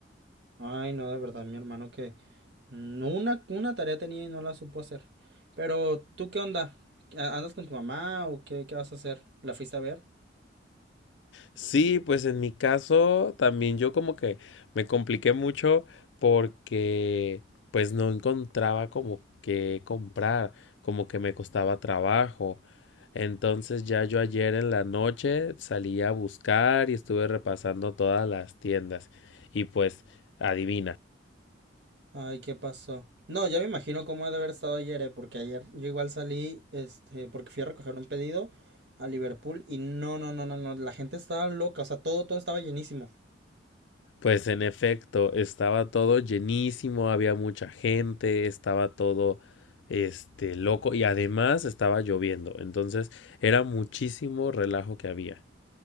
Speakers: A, on the right; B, on the left.
A: Ay, no, de verdad, mi hermano que No, Una, una tarea tenía y no la supo hacer. Pero, ¿tú qué onda? ¿A- ¿Andas con tu mamá o qué, qué vas a hacer? ¿La fuiste a ver?
B: Sí, pues en mi caso también yo como que me compliqué mucho porque pues no encontraba como que comprar, como que me costaba trabajo. Entonces ya yo ayer en la noche salí a buscar y estuve repasando todas las tiendas y pues adivina.
A: Ay, ¿qué pasó? No, ya me imagino cómo ha de haber estado ayer, eh, porque ayer yo igual salí, este, porque fui a recoger un pedido a Liverpool y no, no, no, no, no, la gente estaba loca, o sea, todo, todo estaba llenísimo.
B: Pues en efecto, estaba todo llenísimo, había mucha gente, estaba todo este loco y además estaba lloviendo, entonces era muchísimo relajo que había.